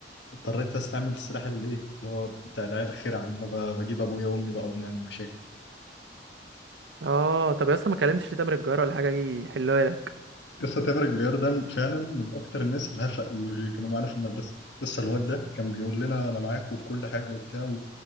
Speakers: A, on the left (about 85°); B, on the right (about 85°).
A: اضطريت استعمل السلاح اللي ايه اللي هو بتاع العيال الخير عن انا ب- بجيب ابويا وامي بقى ونعمل مشاكل
B: اه طب يا اسطى ما كلمتش ليه تامر الجار ولا حاجه يحلوها لك
A: قصة تامر الجوير ده فعلا من أكتر الناس الهفق اللي كانوا معانا في المدرسة لسه الواد ده كان بيقول لنا أنا معاك وفي كل حاجة وبتاع و-